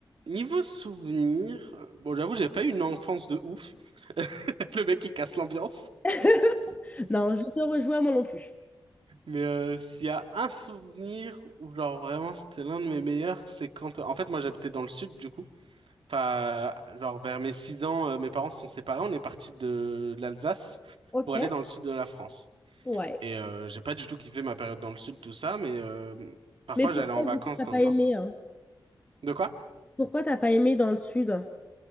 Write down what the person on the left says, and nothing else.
<laughs> Non, je te rejoins moi non plus.
Ok.
Ouais.
Mais pourquoi,
du coup, t'as
pas
aimé,
hein
Pourquoi t'as pas aimé dans le sud?